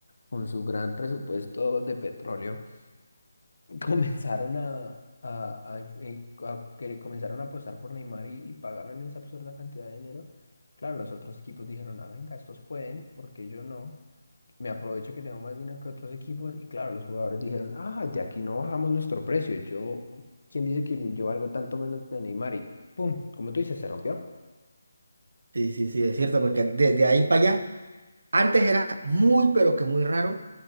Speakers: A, on the left (about 60°); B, on the right (about 50°).
A: con su gran presupuesto de petróleo <laughs> comenzaron a, a, a inf- eh, a que comenzaron a apostar por Neymar y, y pagaron esa absurda cantidad de dinero. Claro, los otros equipos dijeron, ah, venga, estos pueden, porque yo no? Me aprovecho que tengo más dinero que otros equipos. Y claro, los jugadores dijeron, ah, de aquí no bajamos nuestro precio. Yo, ¿quién dice que yo valgo tanto menos de Neymar? Y pum, como tú dices, se rompió.
B: Sí, sí, sí, es cierto, porque desde ahí para allá, antes era muy, pero que muy raro,